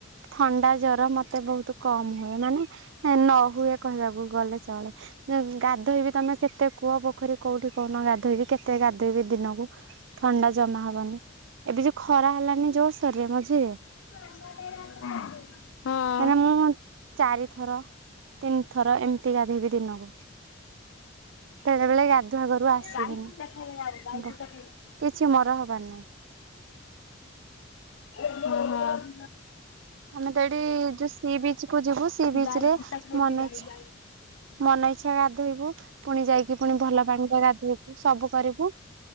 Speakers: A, on the right; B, on the left.
A: ଥଣ୍ଡା ଜର ମତେ ବହୁତ୍ କମ ହୁଏ ମାନେ ନ ହୁଏ କହିବାକୁ ଗଲେ ଚଳେ ଗାଧୋଇବି ତମେ କେତେ କୂଅ ପୋଖରୀ କୋଉଠି କହୁନ ଗାଧୋଇବି କେତେ ଗାଧୋଇବି ଦିନକୁ ଥଣ୍ଡା ଜମା ହବନି ଏବେ ଯୋଉ ଖରା ହେଲାନି ଜୋରସୋରେ ମଝିରେ
B: <inaudible> ହଁ।
A: ମାନେ ମୁଁ ଚାରିଥର ତିନି ଥର ଏମିତି ଗାଧୋଇବି ଦିନକୁ। ବେଳେ ବେଳେ ଗାଧୁଆ ଘରୁ ଆସିବିନି
B: ଗାଈ କୁତା ଖାଇଲା ଯାଉ ଗାଈ କୁତା
A: ବ
B: ଖାଇଲା।
A: କିଛି ମରା ହବାର ନାହିଁ।
B: ହଁ ହଁ।
A: ଆମେ ତ ଏଠି ଯୋଉ ସି ବିଚ କୁ ଯିବୁ ସି ବିଚ
B: ଗାଈ
A: ରେ
B: କୁଟା ଖାଉଛି
A: ମନ
B: ଗାଈ
A: ଇଚ୍ଛା
B: ଗାଈ।
A: ମନ ଇଚ୍ଛା ଗାଧୋଇବୁ ପୁଣି ଯାଇକି ପୁଣି ଭଲ ପାଣିରେ ଗାଧୋଇବୁ ସବୁ କରିବୁ।